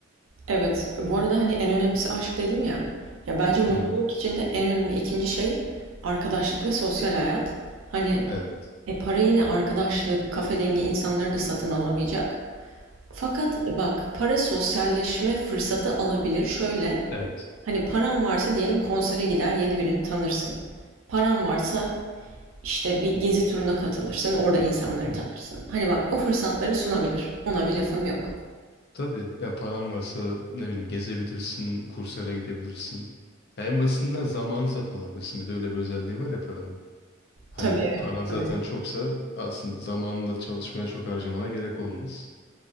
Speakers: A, on the right; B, on the left.
A: Evet. Bu arada, hani, en önemlisi aşk dedim ya. Ya, bence mutluluk
B: Hı hı.
A: içinde en önemli ikinci şey arkadaşlık ve sosyal hayat. Hani,
B: Evet.
A: e, para yine arkadaşlık, kafe dengi insanları da satın alamayacak. Fakat, e, bak, para sosyalleşme fırsatı alabilir. Şöyle,
B: Evet.
A: hani, paran varsa diyelim konsere gider, yeni birini tanırsın. Paran varsa, işte, bir gezi turuna katılırsın, orada insanları
B: Hı hı.
A: tanırsın. Hani, bak, o fırsatları sunabilir. Ona bir lafım yok.
B: Tabii yani paran varsa ne bileyim gezebilirsin, kurslara gidebilirsin. Ya en basitinden zaman satın alabilirsin. Bir de öyle bir özelliği var ya paranın. Hani
A: Tabii,
B: paran zaten
A: tabii.
B: çoksa aslında zamanında çalışmaya çok harcamana gerek olmaz.